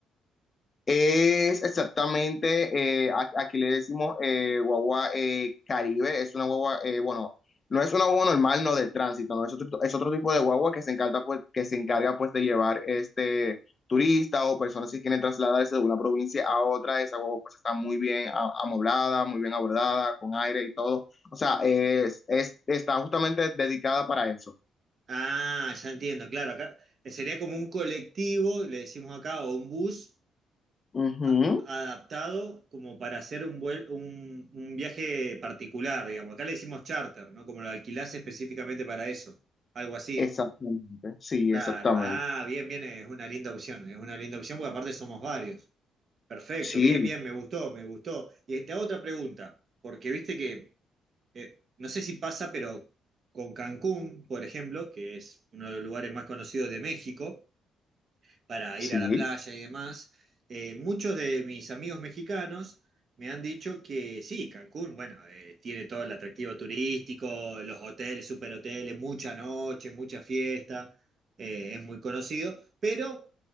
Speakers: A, on the left; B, on the right.
A: Es exactamente, eh, a- aquí le decimos eh, guagua eh, Caribe, es una guagua, eh, bueno, no es una guagua normal, no de tránsito, no, es otro, es otro tipo de guagua que se encarga pues, que se encarga pues de llevar este turista o personas que quieren trasladarse de una provincia a otra, esa guagua pues está muy bien a- amoblada, muy bien abordada, con aire y todo, o sea, es, es- está justamente dedicada para eso.
B: Ah, ya entiendo, claro, acá eh, sería como un colectivo, le decimos acá, o un bus
A: Ujú.
B: a- adaptado como para hacer un, vuel- un, un viaje particular, digamos. Acá le decimos charter, ¿no? Como lo alquilás específicamente para eso, algo así.
A: Exactamente, sí,
B: Claro,
A: exactamente.
B: ah, bien, bien, es una linda opción, es una linda opción porque aparte somos varios. Perfecto,
A: Sí,
B: bien, bien, me gustó, me gustó. Y te hago otra pregunta, porque viste que, eh, no sé si pasa, pero con Cancún, por ejemplo, que es uno de los lugares más conocidos de México, para
A: sí,
B: ir a la playa y demás, eh, muchos de mis amigos mexicanos me han dicho que sí, Cancún, bueno, eh, tiene todo el atractivo turístico, los hoteles, superhoteles, mucha noche, mucha fiesta, eh, es muy conocido, pero